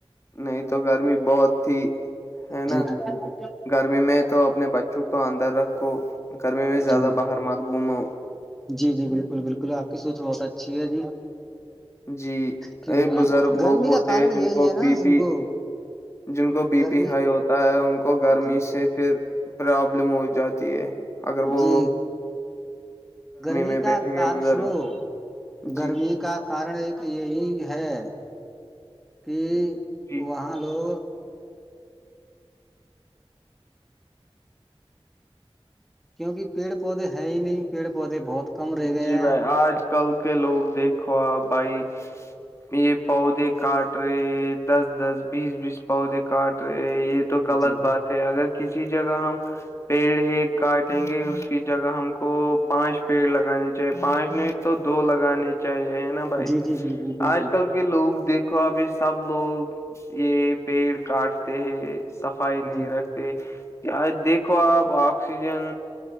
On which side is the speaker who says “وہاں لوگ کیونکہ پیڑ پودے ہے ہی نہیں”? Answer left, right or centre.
Centre